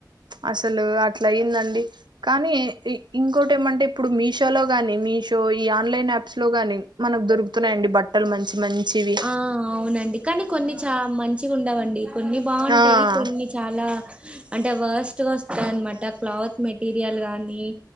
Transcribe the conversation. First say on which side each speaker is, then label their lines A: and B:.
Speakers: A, on the right (about 85°); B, on the right (about 15°).
A: అసలు అట్లా అయిందండి కానీ ఇ ఇంకోటి ఏమంటే ఇప్పుడు మీషోలో గానీ మీషో ఈ ఆన్లైన్ యాప్స్ లోగాని మనకు దొరుకుతున్నాయండి బట్టలు మంచి మంచివి
B: ఆ అవునండి కానీ కొన్ని చ మంచిగా ఉండవండి కొన్ని బాగుంటాయి
A: ఆ
B: కొన్ని చాలా అంటే వర్స్ట్‌గా వస్తాది అన్నమాట క్లాత్ మెటీరియల్ కానీ